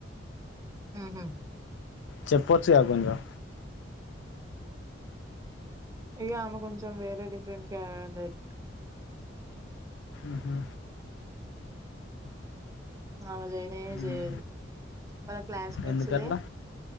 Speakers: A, on the right; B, on the left.
A: ఆహా
B: చెప్పొచ్చుగా కొంచం
A: ఇగ ఆమె కొంచెం వేరే డిఫరెంట్ క్యారేట్
B: ఉహు.
A: ఆమె జైయనే
B: ఉమ్.
A: చేయదు మర్ క్లాస్మేట్స్దే
B: ఎందుకట్లా